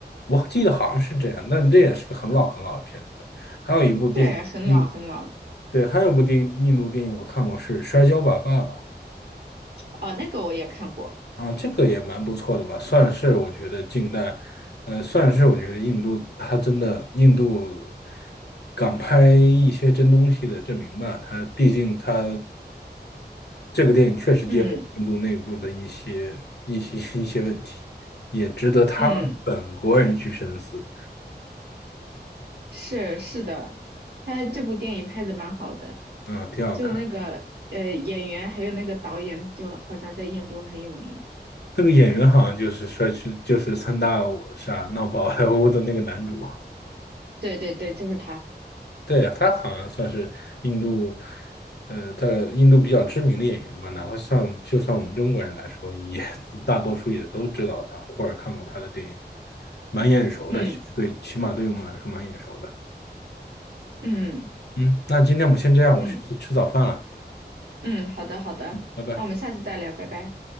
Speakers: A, on the left (about 70°); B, on the right (about 70°).
A: 我记得好像是这样，但这也是个很老很老的片子了。还有一部电影印，
B: 对，很老很老了
A: 对，还有一部电影印度电影我看过是《摔跤吧，爸爸》。
B: 哦，那个我也看过。
A: 啊，这个也蛮不错的吧，算是我觉得近代，呃，算是我觉得印度它真的印度敢拍一些真东西的证明吧。它毕竟它这个电影确实结合印度内部的一些一些一些问题，
B: 嗯
A: 也值得他们本国人去深思
B: 嗯。是是的，他这部电影拍的蛮好的，
A: 啊，挺好看。
B: 就那个呃演员还有那个导演，就好像在印度很有名。
A: 那个演员好像就是帅气，就是三大我傻闹宝莱坞的那个男主。
B: 对对对，就是他。
A: 对啊，他好像算是印度，呃，在印度比较知名的演员吧，哪怕算就算我们中国人来说，也大多数也都知道他或者看过他的电影，蛮眼熟的。
B: 嗯
A: 其实对，起码对于我们来说蛮眼熟的。
B: 嗯
A: 嗯，那今天我们先这样，
B: 嗯
A: 我去吃早饭了，
B: 嗯，好的好的，
A: 拜拜。
B: 那我们下次再聊，拜拜。